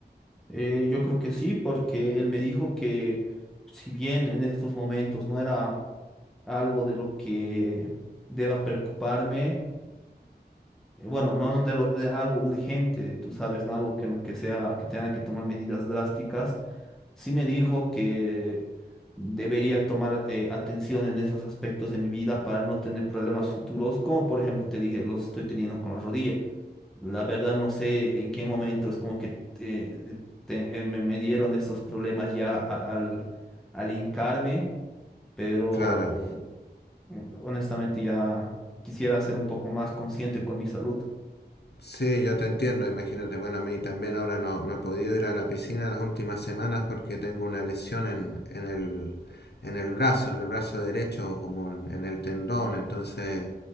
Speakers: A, in the centre; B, on the left (about 70°).
A: Eh, yo creo que sí, porque él me dijo que si bien en estos momentos no era algo de lo que deba preocuparme, eh, bueno, no de, lo- de algo urgente, tú sabes, ¿no? Algo que, que sea, que tenga que tomar medidas drásticas, sí me dijo que debería tomar eh, atención en esos aspectos de mi vida para no tener problemas futuros, como por ejemplo te dije, los estoy teniendo con la rodilla. La verdad no sé en qué momento es como que eh, te- eh, me, me dieron esos problemas ya a- al, al hincarme, pero
B: Claro.
A: eh, honestamente ya quisiera ser un poco más consciente con mi salud.
B: Sí, yo te entiendo, imagínate. Bueno, a mí también ahora no, no he podido ir a la piscina las últimas semanas porque tengo una lesión en, en el, en el brazo, en el brazo derecho, como en, en el tendón. Entonces,